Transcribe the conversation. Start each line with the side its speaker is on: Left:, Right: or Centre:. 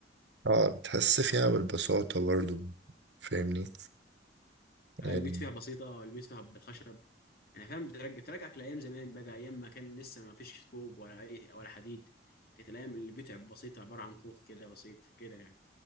Right: اه بتحس فيها بالبساطة برضه فاهمني
Left: لا،
Right: يعني
Left: البيوت فيها بسيطة البيوت فيها بالخشب يعني فاهم بترجع بترجعك لأيام زمان بقى أيام ما كان لسه ما فيش طوب ولا أي ولا حديد كانت الأيام اللي البيوت بسيطة عبارة عن كوخ كده بسيط كده يعني